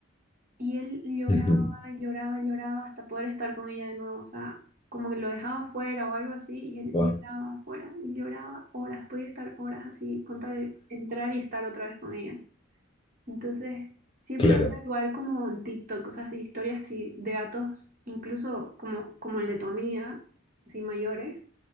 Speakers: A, on the right; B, on the left.
A: y él lloraba,
B: Ujú.
A: lloraba, lloraba hasta poder estar con ella de nuevo. O sea, como que lo dejaba afuera o algo así, y él
B: Ah,
A: lloraba afuera, y lloraba horas, podía estar horas así, con tal de entrar y estar otra vez con ella. Entonces, siempre
B: claro,
A: veo igual como en TikTok, cosas así, historias así de gatos, incluso como, como el de tu amiga, así mayores,